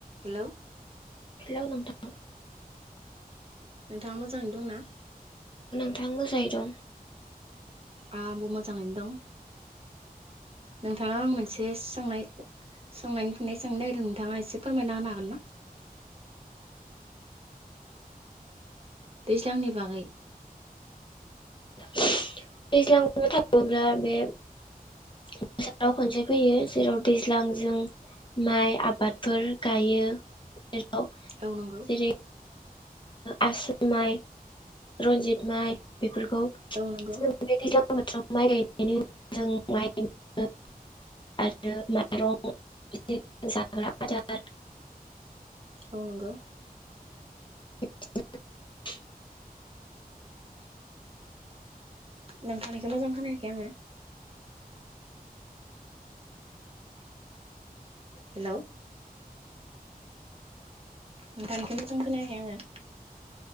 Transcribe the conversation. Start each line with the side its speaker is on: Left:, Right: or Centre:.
Right: Hello
Left: hello नोंथां
Right: नोंथाङा मोजाङैनो दंना?
Left: आं मोजाङै दं
Right: आंबो मोजाङैनो दं नोंथाङा आं मोनसे सोंनाय सोंनायनि फिन्नाय सों नागिरदों नोंथाङा एसे फोरमायना होनो हागोन ना दैज्लांनि बागै?
Left: दैज्लां बुंनो थाङोब्ला बे बोसाराव खनसे फैयो जेराव दैज्लां जों माइ आबादफोर गायो जेराव
Right: औ नंगौ
Left: जेरै आसु माइ रन्जित माइ बेफोरखौ खौ
Right: औ नंगौ
Left: <unintelligible> <unintelligible> बोथोराव माइ गायनायनि जों माइ <unintelligible> आरो माइरं जाग्रा आदार <unintelligible>
Right: औ नंगौ
Left: <unintelligible>
Right: नोंथां निखौ मोजां खोनाखै आङो हेलौ नोंथांनिखौ मोजां खोनायाखै आङो